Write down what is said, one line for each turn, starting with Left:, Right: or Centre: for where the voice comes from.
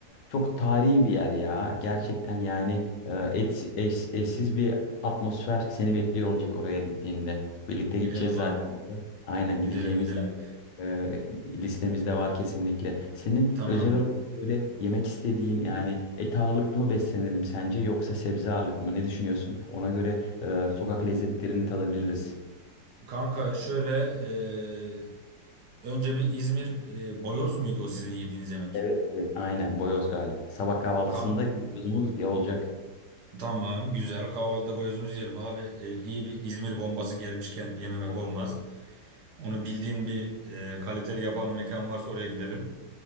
Left: çok tarihi bir yer ya. Gerçekten yani e, et- eş- eşsiz bir atmosfer seni bekliyor olacak oraya gittiğinde. Birlikte
Right: Gidelim
Left: gideceğiz zaten.
Right: abi.
Left: Aynen gideceğimiz
Right: Gidelim gidelim.
Left: yerleri e, listemizde var kesinlikle. Senin
Right: Tamam.
Left: özel olarak böyle yemek istediğin yani et ağırlıklı mı beslenelim sence yoksa sebze ağırlıklı mı? Ne düşünüyorsun? Ona göre e, sokak lezzetlerini tadabiliriz.
Right: Kanka şöyle ee, Önce bir İzmir e, boyoz muydu o sizin yediğiniz yemek?
Left: Evet evet aynen boyoz galip. Sabah kahvaltısında
Right: Kam-
Left: boyozumuz olacak.
Right: tamam güzel kahvaltıda boyozumuzu yiyelim abi. E, iyi bir İzmir bombası gelmişken yememek
Left: Oo,
Right: olmaz. Onu bildiğin bir e, kaliteli yapan bir mekan varsa oraya gidelim.